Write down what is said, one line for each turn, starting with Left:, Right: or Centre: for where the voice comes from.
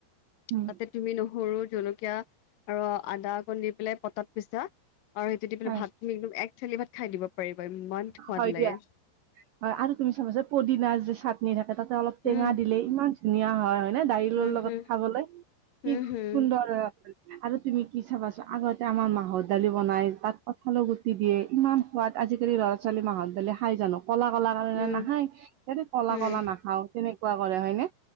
Right: উম,
Left: তাতে তুমি নহৰু জলকীয়া আৰু আদা অকণ দি পেলাই পটাত পিছা আৰু সেইটো দি পেলাই
Right: হয়।
Left: ভাত তুমি একদম এক থেলি ভাত খাই দিব পাৰিবা ইমান সোৱাদ
Right: হয়
Left: লাগে।
Right: দিয়া। হয় আৰু তুমি চাবা যে পদিনা যে চাটনি থাকে তাতে অলপ টেঙা
Left: উম
Right: দিলে ইমান ধুনীয়া হয় হয়। মানে দাৰিলল
Left: উম
Right: লগত
Left: হম
Right: খাবলৈ
Left: উম
Right: ই
Left: হম
Right: সুন্দৰ আৰু তুমি কি চাবাচোন আগতে আমাৰ মাহৰ দালি বনাই তাত কঁঠালৰ গুটি দিয়ে ইমান সোৱাদ আজি <unintelligible> ল'ৰা ছোৱালী মাহত দালি খাই জানো ক'লা ক'লা কাৰণে
Left: উম
Right: নাখায় সেটি ক'লা
Left: উম
Right: ক'লা নাখাওঁ তেনেকুৱা কৰে হয়নে